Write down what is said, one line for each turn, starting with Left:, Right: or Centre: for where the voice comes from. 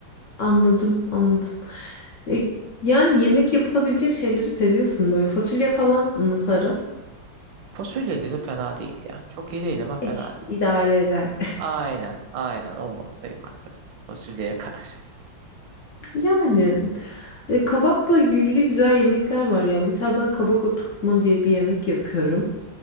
Left: Anladım anladım. E, yani yemek yapılabilecek şeyleri seviyorsun böyle. Fasulye falan nasıl ara?
Right: Fasulyeli de fena değil ya. Çok iyi değil ama fena
Left: E, işte
Right: değil.
Left: idare eder.
Right: Aynen, aynen o moddayım hakikaten. Fasulyeye <laughs> karşı.
Left: Yani e, kabakla ilgili güzel yemekler var ya. Mesela ben kabak oturtma diye bir yemek yapıyorum.